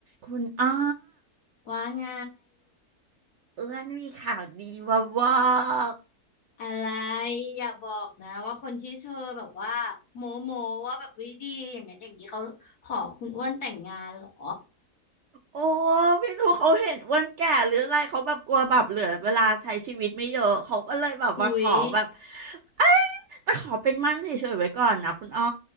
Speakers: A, on the right (about 70°); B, on the left (about 75°).
A: คุณอ้อ
B: ว่าไง
A: เอื้อนมีข่าวดีมาบอก
B: อะไรอย่าบอกนะว่าคนที่เธอแบบว่าโมโมว่าแบบวิดีอย่างนั้นอย่างนี้เขาขอคุณอ้วนแต่งงานเหรอ
A: โอ้ไม่รู้เขาเห็นอ้วนแก่หรืออะไรเขาแบบกลัวแบบเหลือเวลาใช้ชีวิตไม่เยอะเขาก็เลยแบบมาขอแบบ
B: อุ๊ย
A: เอ้ยแต่ขอเป็นมั่นเฉยๆไว้ก่อนนะคุณอ้อ